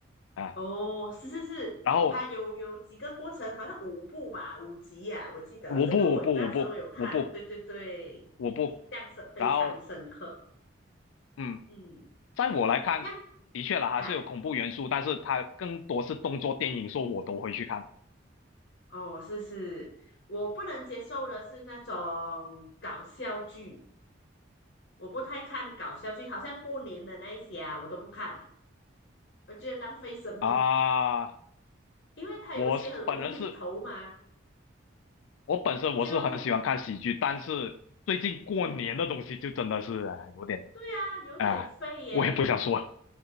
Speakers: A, on the left; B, on the left.
A: 啊，
B: 哦，是是是，
A: 然后
B: 它有有几个过程，好像五部吧，五集呀、我记得这个我那时候有看，
A: 我不我不我不我不
B: 对对对，
A: 我不，
B: 印象深非常深刻，
A: 然后嗯，
B: 嗯，
A: 在我来看，
B: 这样
A: 的确啦，还是有恐怖元素，
B: 啊。
A: 但是它更多是动作电影，说我都会去看
B: 哦，是是，我不能接受的是那种搞笑剧，我不太看搞笑剧，好像过年的那一些啊，我都不看了，我觉得浪费生命，
A: 啊。
B: <laughs> 因为他有些很无厘头嘛，
A: 我是本人是，我本身我是很喜欢看喜剧，
B: 就
A: 但是最近过年的东西就真的是啊有点
B: 对啊，有点废耶。
A: 啊，我也不想说，